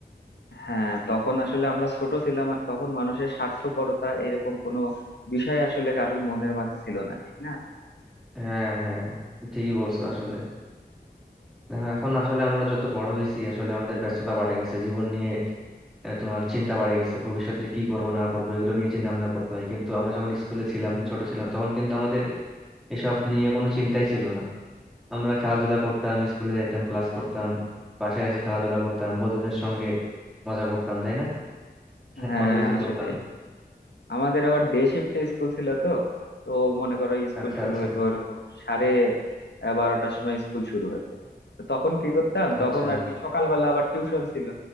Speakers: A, on the left (about 85°); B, in the centre.
A: হ্যাঁ তখন আসলে আমরা ছোট ছিলাম আর তখন মানুষের স্বার্থপরতা এরকম কোনো বিষয় আসলে কারোর মনের মাঝে ছিল না ঠিক না
B: হ্যাঁ হ্যাঁ ঠিকই বলছো আসলে দেখো এখন আসলে আমরা যত বড় হয়েছি আসলে আমাদের ব্যস্ততা বাড়ে গেছে জীবন নিয়ে আহ, তোমার চিন্তা বাড়ে গেছে ভবিষ্যতে কি করব না করব এগুলো নিয়ে চিন্তা ভাবনা করতে হয় কিন্তু আমরা যখন স্কুলে ছিলাম ছোট ছিলাম তখন কিন্তু আমাদের এসব নিয়ে কোনো চিন্তাই ছিল না আমরা খেলাধুলা করতাম স্কুলে যাইতাম ক্লাস করতাম বাসায় এসে খেলাধুলা করতাম বন্ধুদের সঙ্গে মজা করতাম তাই না <laughs>
A: হ্যাঁ
B: কত কিছু
A: আসলে
B: করতাম
A: আমাদের আবার ডে শিফটে স্কুল ছিল তো তো মনে করো স্কুল
B: আচ্ছা
A: শুরু
B: আচ্ছা
A: হতো এরকম সাড়ে আহ, বারোটার সময় স্কুল শুরু হতো তো তখন কি করতাম
B: আচ্ছা
A: তখন আর কি সকালবেলা আবার টিউশন ছিল